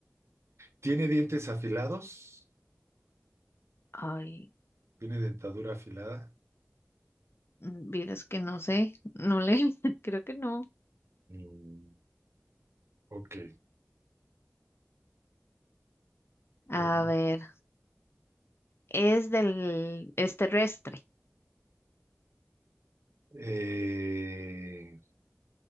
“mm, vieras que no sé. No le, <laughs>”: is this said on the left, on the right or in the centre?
Left